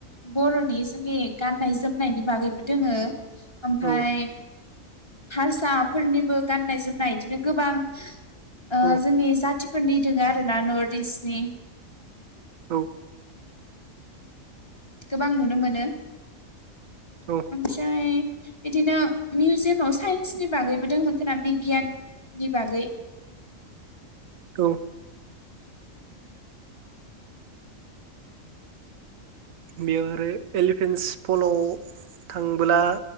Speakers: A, on the left; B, on the right.
A: बर'नि जोंनि गाननाय जोमनायनि बागैबो दोङो। ओमफ्राय
B: औ
A: हारसाफोरनिबो गाननाय जोमनाय बिदिनो गोबां ओ
B: औ
A: जोंनि जाथिफोरनि दङ आरो ना नर्थ इस्टनि
B: औ
A: गोबां नुनो मोनो।
B: औ
A: ओमफ्राय बिदिनो मिउजियामाव साइन्सनि बागैबो दंमोन खोमा बिगियाननि बागै
B: दं। बेयाव आरो एलिफेन्स फलाव थांब्ला